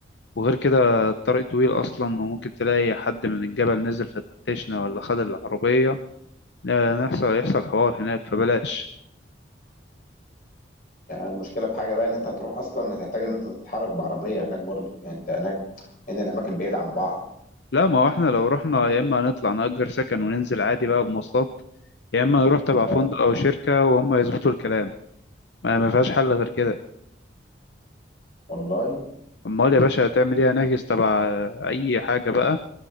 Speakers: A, on the left; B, on the left.
A: وغير كده الطريق طويل اصلا وممكن تلاقي حد من الجبل نزل فتشنا ولا خد العربية لا، نحصل يحصل حوار هناك فبلاش
B: يعني المشكله في حاجه بقى ان انت هتروح اصلا هتحتاج ان انت تتحرك بعربيه هناك برضو يعني انت هناك ان الاماكن بعيده عن بعض
A: لا ما هو احنا لو رحنا يا اما هنطلع نأجر سكن وننزل عادي بقى بمواصلات يا اما نروح تبع
B: آه.
A: فندق او شركة وهم يظبطوا الكلام ما ما فيهاش حل غير كده
B: والله
A: امال يا باشا هتعمل ايه هنحجز تبع اي حاجه بقى